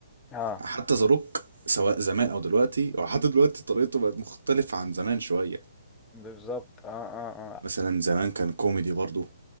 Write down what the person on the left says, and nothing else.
اه
بالظبط اه اه اه